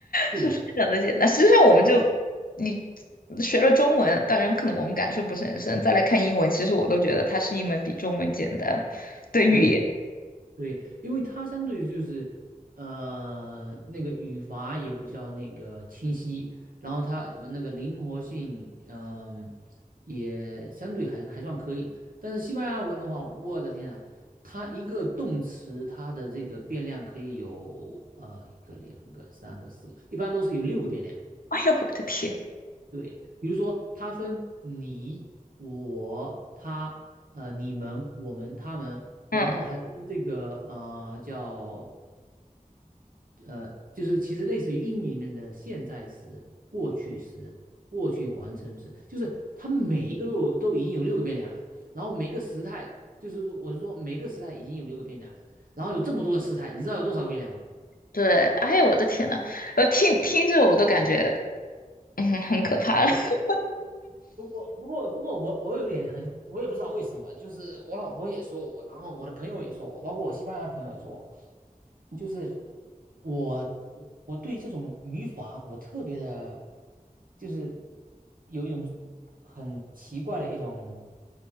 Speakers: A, on the right; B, on the left.
A: 是的，
B: 是非常的简单。实际上，我们就你学了中文，当然可能我们感受不是很深，再来看英文，其实我都觉得它是一门比中文简单的语言。
A: 对，对，因为它相对于就是，呃，那个语法也比较那个清晰，然后它那个灵活性，嗯、也相对还还算可以。但是西班牙文的话，我的天啊，它一个动词，它的这个变量可以有呃一个、两个、三个、四个，一般都是有六个变量。
B: 哎呀，我的天！
A: 对，比如说它分你、我、他、呃、你们、我们、他们，然后还分这个呃叫
B: 嗯嗯
A: 呃，就是其实类似于英语里面的现在时、过去时、过去完成时，就是它每一个都有都已经有六个变量了，然后每个时态就是说我是说每个时态已经有六个变量了，然后有这么多的时态，你知道有多少个变量吗？
B: 对，哎呀，我的天呐，呃，听听着我都感觉，嗯，很可怕了。
A: 对，
B: <laughs>
A: 不过，不过，不过我，我有点很，我也不知道为什么，就是我老婆也说我，然后我的朋友也说我，包括我西班牙的朋友也说我，就是我，我我对这种语法我特别的，就是有一种很奇怪的一种